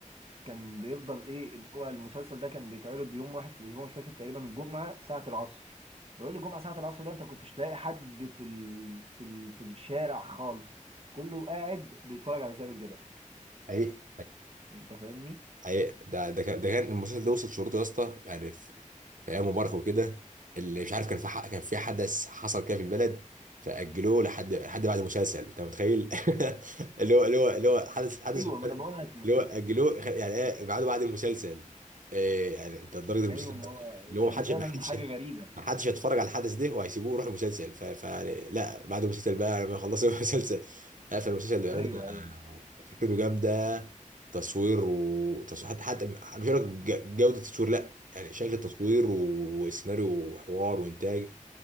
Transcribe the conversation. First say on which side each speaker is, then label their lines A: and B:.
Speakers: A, on the right; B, on the right.
A: كان بيفضل ايه اللي هو المسلسل ده كان بيتعرض يوم واحد في الاسبوع مش فاكر تقريبا الجمعه ساعه العصر بقول لي الجمعه ساعه العصر ده انت كنتش تلاقي حد في ال... في ال... في الشارع خالص كله قاعد بيتفرج على ذئب الجبل
B: حقيقي
A: انت فاهمني
B: أي- ده ده كان ده كان المسلسل ده وصل شروطه يا اسطى يعني في, في ايام مبارك وكده اللي مش عارف كان في حق كان في حدث حصل كده في البلد فاجلوه لحد لحد بعد المسلسل انت متخيل <laughs> اللي هو اللي هو اللي هو حدث حدث
A: ايوه
B: في البلد
A: ما انا بقول لك يعني
B: اللي هو اجلوه يعني ايه بعده بعد المسلسل إيه يعني انت لدرجه المسلسل
A: ايوه ما
B: ده
A: هو
B: اللي هو
A: كان
B: ما حدش
A: فعلا
B: ما حدش
A: حاجه غريبه
B: ما حدش هيتفرج على الحدث ده وهيسيبوه ويروح المسلسل ف... فيعني لا بعد المسلسل بقى لما يخلصوا <laughs> المسلسل لا فالمسلسل بأمانة
A: ايوه
B: آه،
A: ايوه
B: فكرته جامدة تصوير وتصوير حتى حتى مش هقول لك ج- جودة التصوير لا يعني شكل التصوير و- وسيناريو وحوار وإنتاج